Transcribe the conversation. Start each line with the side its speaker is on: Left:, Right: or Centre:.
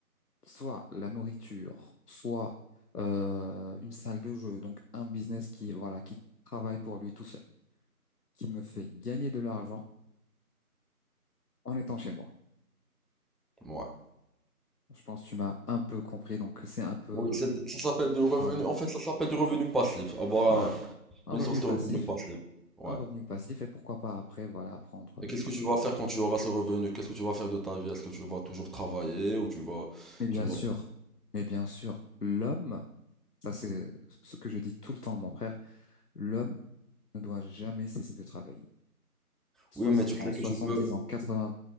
Left: soit la nourriture, soit euh, une salle de jeu, donc un business qui, voilà, qui travaille pour lui tout seul, qui me fait gagner de l'argent en étant chez moi.
Centre: Ouais.
Left: Je pense que tu m'as un peu compris, donc c'est un peu,
Centre: Oui, c'est-
Left: euh,
Centre: ça s'appelle du revenu.
Left: voilà,
Centre: En fait, ça s'appelle du revenu passif. Avoir
Left: voilà,
Centre: un-
Left: un
Centre: une
Left: revenu
Centre: source de
Left: passif,
Centre: revenu passif. Ouais.
Left: un revenu passif, et pourquoi pas après, voilà, prendre. euh,
Centre: Et qu'est-ce que tu vas faire quand tu auras ce revenu? Qu'est-ce que tu vas faire de ta vie? Est-ce que tu vas toujours travailler ou tu vas,
Left: Mais bien
Centre: tu vas.
Left: sûr, mais bien sûr, l'homme. Ça, c'est ce que je dis tout le temps à mon frère. L'homme ne doit jamais cesser de travailler. 60
Centre: Oui, mais tu
Left: ans,
Centre: sais
Left: 70
Centre: que tu peux.
Left: ans, 80,